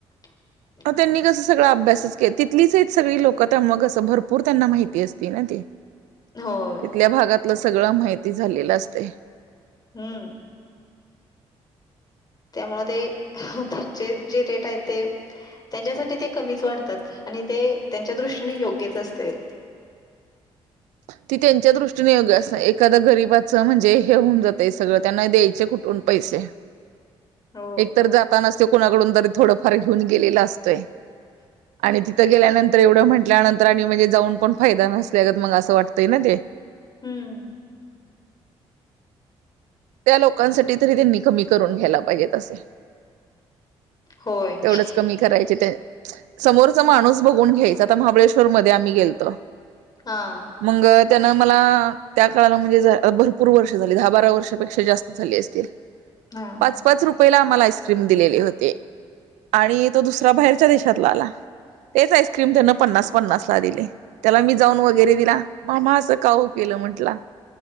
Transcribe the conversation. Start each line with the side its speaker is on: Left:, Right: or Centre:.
Left: <inaudible>
Right: त्यांनी कसं सगळा अभ्यासच के. तच सग लोक म अस भरपूर त्यांना माहिती अस ते
Left: होय
Right: तथल्या भाग लं सगळं माहिती झालेलं असते.
Left: हम्म. त्यामुळे ते जे रेट आहे ते. त्यांच्यासाठी ते कमीच वाढतात आणि ते त्यांच्या दृष्टीने योग्यच असते.
Right: ती त्यांच्या दृष्टीने एख्या गरीिबाचं म्हणजे हे होऊन जातय सगळं त्यांना द्यायचे कुठ दोन पैसे
Left: <unintelligible> होय
Right: एकतर जाता नसते कुणाकडून तरी थोडंफार घेऊन गेलेला असतोय. आणि तिथं गेल्यानंतर एवढं म्हटल्यानंतर आणि म्हणजे जाऊन पण फायदा नसल्या ग मग असं वाटत. हो ते ना दे.
Left: हम्म.
Right: त्या लोकांसाठी तरी त्यांनी कमी करून घ्यायला पाहिजेत असे.
Left: होय
Right: तेवढंच कमी करायचे ते. समोरचा माणूस बघून घ्यायच आता महाबळेश्वर मध्ये आम्ही गेलतो.
Left: हा
Right: मग त्यान मला त्या काळाला म्हणजे भरपूर वर्ष झाली दहा बारा वर्षापेक्षा. जास्त झाली असतील.
Left: हा.
Right: पाच पाच रुपयाला आम्हाला आईस्क्रीम दिलेली होते. आणि तो दुसरा बाहेरच्या देशातला आला तेच आईस्क्रीम त्यान पन्नास पन्नास ला दिले त्याला मी जाऊन वगैरे दिला मामा असं का हो केलं म्हंटलं